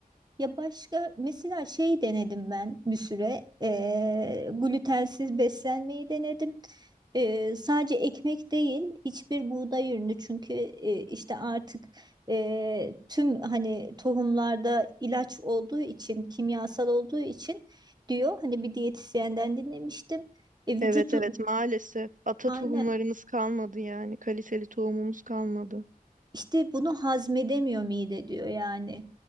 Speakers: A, on the right; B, on the right.
A: ya başka mesela şey denedim ben bir süre eee glutensiz beslenmeyi denedim. Eee, sadece ekmek değil hiçbir buğday ürünü çünkü eee, işte artık eee, tüm hani tohumlarda ilaç olduğu için kimyasal olduğu için diyor hani bir diyetisyenden dinlemiştim. E, vücut
B: Evet evet maalesef ata
A: Aynen.
B: tohumlarımız kalmadı yani kaliteli tohumumuz kalmadı.
A: İşte bunu hazmedemiyor mide diyor yani.